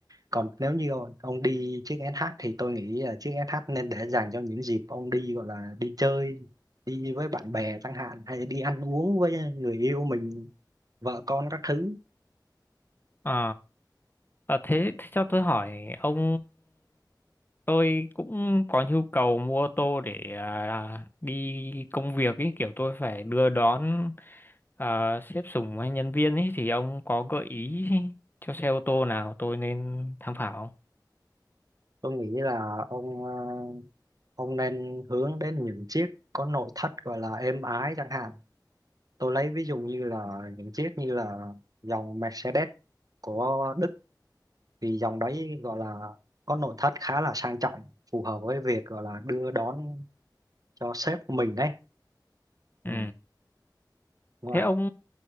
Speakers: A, on the right; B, on the left.
A: còn nếu như ông, ông đi chiếc SH thì tôi nghĩ là chiếc SH nên để dành cho những dịp ông đi gọi là đi chơi đi với bạn bè chẳng hạn hay đi ăn uống với người yêu mình vợ con các thứ
B: Ờ Ờ, thế, thế cho tôi hỏi ông tôi cũng có nhu cầu mua ô tô để à, đi công việc ý kiểu tôi phải đưa đón à, sếp sủng hay nhân viên ý thì ông có gợi ý cho xe ô tô nào tôi nên tham khảo không?
A: tôi nghĩ là ông ờ, ông nên hướng đến những chiếc có nội thất gọi là êm ái chẳng hạn tôi lấy ví dụ như là những chiếc như là dòng Mercedes của Đức thì dòng đấy gọi là có nội thất khá là sang trọng phù hợp với việc gọi là đưa đón cho sếp của mình ấy ừ.
B: Ừ.
A: ngoài
B: Thế ông